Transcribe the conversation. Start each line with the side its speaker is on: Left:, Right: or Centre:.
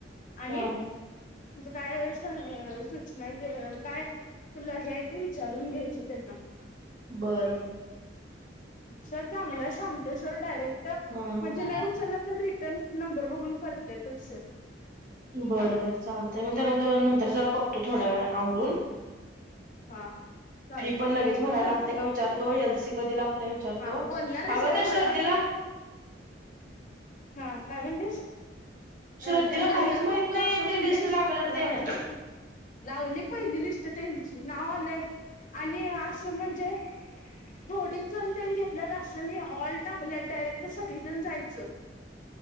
Left: आणि
Right: हा
Left: तुझ काय एस <unintelligible> सूचनाय <unintelligible> काय, तुला हे आय ते विचारून घ्यायचं तेंना
Right: बर बर
Left: सर चांगला सांगत सर डायरेक्ट
Right: हा
Left: म्हणजे
Right: हा
Left: नाही उचलला तर रिटर्न नंबर बघून कर त्यातचय
Right: बर बर चालतंय मग त्यांला नंतर जरा बघतो थोड्या वेळाने आवरूण
Left: हा चालतय
Right: फी पण
Left: ठेवू
Right: लगेच भरायला लागते
Left: मग
Right: का विचार? तो एलसी कधी लागते विचारतो
Left: हा बोलणार आहेस
Right: आग
Left: व्हय
Right: त्या
Left: मला
Right: श्रद्धेला
Left: वाटलं हा काय म्हणाली
Right: श्रद्धेला
Left: अ त्यानंतर
Right: काहीच
Left: करतो
Right: माहित नाही
Left: असं म्हणालीस
Right: ते लिस्ट लागलेल
Left: मला
Right: ते
Left: वाटलं
Right: ना
Left: लागली पहिली लिस्ट त्यांची नाव आलंय आणि असं म्हणजे थोडीच जण त्यांण घेतल्यात असं ऑल टाकल्यात डायरेक्ट तर सगळीजण जायचं.